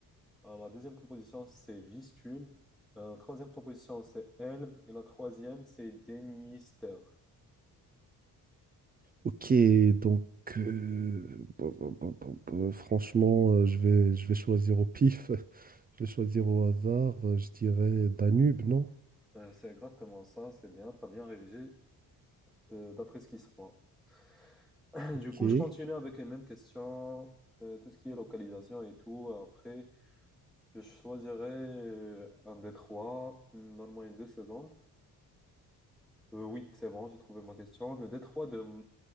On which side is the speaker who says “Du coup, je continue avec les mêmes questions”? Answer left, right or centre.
Centre